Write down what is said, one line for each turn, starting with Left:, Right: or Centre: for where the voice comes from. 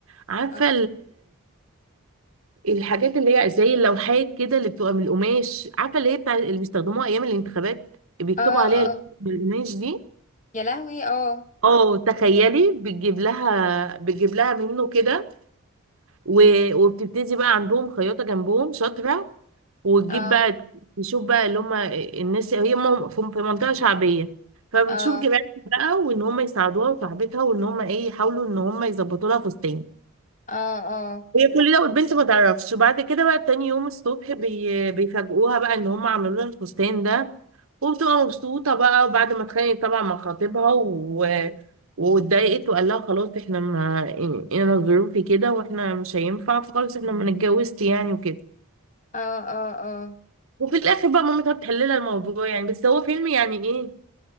Right: عارفه
Left: اه
Right: الحاجات اللي هي زي اللوحات كده اللي بتبقى من القماش عارفه اللي هي بتاع اللي بيستخدموها ايام الانتخابات بيكتبوا
Left: اه
Right: عليها
Left: اه،
Right: من القماش دي
Left: يا لهوي اه
Right: اه تخيلي بتجيب لها بتجيب لها منه كده و- وبتبتدي بقى عندهم خياطه جنبهم شاطره وتجيب
Left: اه
Right: بقى تشوف بقى اللي هم الناس هي م- في في منطقه شعبيه فبتشوف
Left: اه
Right: جيرانها بقى وان هم يساعدوها وصاحبتها وان هم ايه يحاولوا ان هم يظبطوا لها فستان
Left: اه اه
Right: هي كل ده والبنت ما تعرفش وبعد كده بقى تاني يوم الصبح بي... بيفاجئوها بقى ان هم عملوا لها الفستان ده وبتبقى مبسوطة بقى وبعد ما اتخانقت طبعا مع خطيبها و... واتضايقت وقال لها خلاص احنا ما انا ظروفي كده واحنا مش هينفع فخلاص احنا ما اتجوزت يعني وكده
Left: اه اه اه
Right: وفي الاخر بقى مامتها بتحل لها الموضوع يعني بس هو فيلم يعني ايه